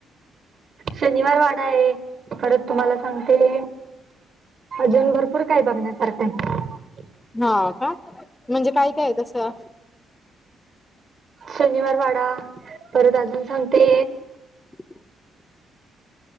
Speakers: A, on the right; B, on the left.
A: शनिवार वाडाये. परत तुम्हाला सांगते. अजून भरपूर काही बघण्यासारखंय.
B: हा का? म्हणजे काय काये तसं.
A: शनिवार वाडा. परत अजून सांगते.
B: <unintelligible>